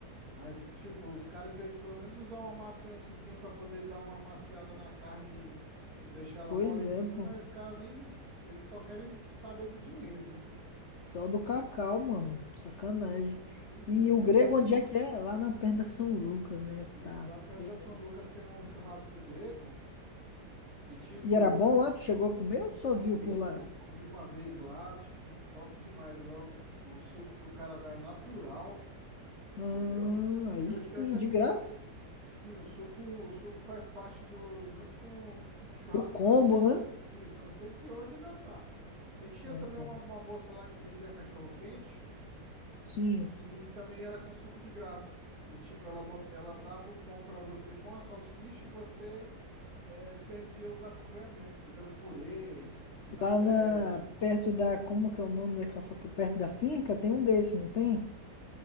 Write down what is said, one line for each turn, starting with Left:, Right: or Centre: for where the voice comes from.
Right: Mas, tipo, os caras, em vez de pelo menos usar um amaciantezinho pra poder dar uma amaciada na carne e e deixar ela
Left: Pois
Right: molezinha,
Left: é, pô.
Right: mas os caras nem. Eles só querem saber do dinheiro, né?
Left: Só do Cacau, mano. Sacanagem.
Right: Pois
Left: E
Right: é, velho.
Left: o grego, onde é que é? Lá na perna São Lucas, né?
Right: Isso,
Left: Tá.
Right: lá perto
Left: Beleza.
Right: da São Lucas tem um churrasco grego e, tipo,
Left: E era bom lá? Tu chegou a comer ou tu só
Right: comi,
Left: viu por lá?
Right: pô, comi uma vez lá, tipo, top demais, ó. O suco que o cara dá é natural, entendeu?
Left: Ah, aí
Right: Eu,
Left: sim,
Right: eu já
Left: de graça.
Right: Sim, o suco, o suco faz parte do, junto com, com o churrasco.
Left: Do combo,
Right: Eu não sei,
Left: né?
Right: se- isso, eu não sei se hoje ainda tá. E tinha
Left: Ah,
Right: também
Left: tá.
Right: uma, uma moça lá que vendia cachorro-quente,
Left: Sim.
Right: que também era com suco de graça. E tipo, ela, bot, ela dava o pão pra você com a salsicha e você eh, servia os acompanhamentos, entendeu? Purê, vinagrete.
Left: Lá na, perto da, como que é o nome daquela, facu- perto da finca, tem um desse, não tem?